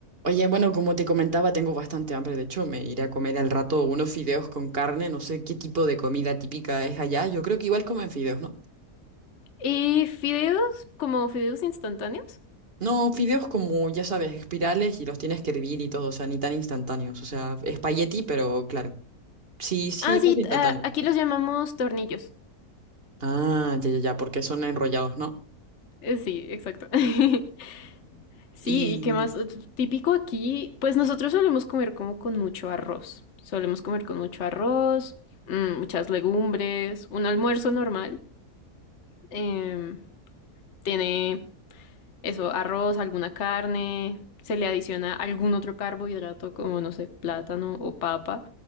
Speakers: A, on the right; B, on the left.
A: Oye, bueno, como te comentaba, tengo bastante hambre. De hecho, me iré a comer al rato unos fideos con carne. No sé qué tipo de comida típica es allá. Yo creo que igual comen fideos, ¿no?
B: ¿Y fideos? ¿Como fideos instantáneos?
A: No, fideos como, ya sabes, espirales y los tienes que hervir y todo, o sea, ni tan instantáneos. O sea, espagueti, pero claro. Sí, sí,
B: Ah, sí,
A: casi
B: t-
A: instantáneo.
B: ah, aquí los llamamos tornillos.
A: Ah, ya, ya, ya, porque son enrollados, ¿no?
B: Eh, Sí, exacto. <laughs> Sí,
A: Y
B: ¿y qué más? Eh, Típico aquí, pues nosotros solemos comer como con mucho arroz. Solemos comer con mucho arroz, mm, muchas legumbres, un almuerzo normal. em, tiene Eso, arroz, alguna carne, se le adiciona algún otro carbohidrato como, no sé, plátano o papa.